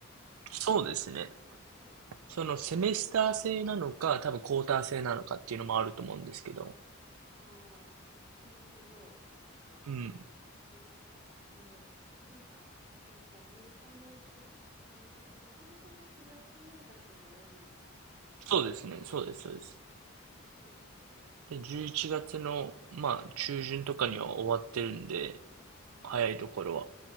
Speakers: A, on the right; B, on the right.
A: そうですね。
B: あれうん、ですね。
A: そのセメスター制なのか、多分クォーター制なのかっていうのもあると思うんですけど。
B: あーあ、なるほど。そっか。
A: うん。
B: 楽曲が、楽あの、なんか、えっと、アメリカの、そっか、大学ってそもそもは9月入学が多い
A: そうですね。そうです、そうです。
B: ですね。そうですよね。
A: で、11月の、
B: えー、
A: まあ、中旬とかには終わってるんで、
B: ああ、
A: 早いところは。
B: な